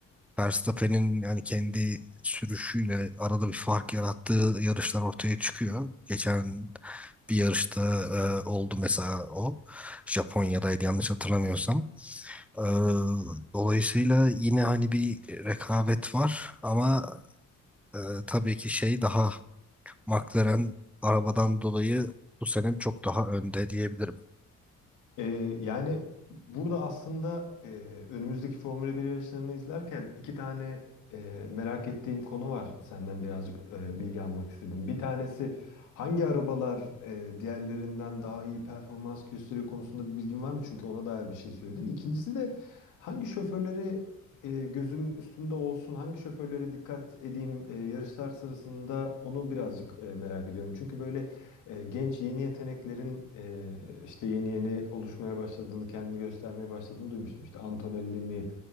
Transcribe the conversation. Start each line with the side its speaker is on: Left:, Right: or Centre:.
Centre: Verstappen'in yani kendi sürüşüyle arada bir fark yarattığı yarışlar ortaya çıkıyor. Geçen bir yarışta e, oldu mesela o. Japonya'daydı yanlış hatırlamıyorsam. E, dolayısıyla yine hani bir rekabet var ama e, tabii ki şey daha McLaren arabadan dolayı bu sene çok daha önde diyebilirim.
Left: Ee, yani burada aslında e, önümüzdeki Formula bir yarışlarını izlerken iki tane e, merak ettiğim konu var. Senden birazcık e, bilgi almak istedim. Bir tanesi hangi arabalar e, diğerlerinden daha iyi performans gösteriyor konusunda bir bilgin var mı? Çünkü ona dair bir şey söyledin. İkincisi de hangi şoförleri e, gözüm üstünde olsun, hangi şoförlere dikkat edeyim e, yarışlar sırasında onu birazcık e, merak ediyorum. Çünkü böyle e, genç yeni yeteneklerin e, işte yeni yeni oluşmaya başladığını, kendini göstermeye başladığını duymuştum. İşte Antonelli mi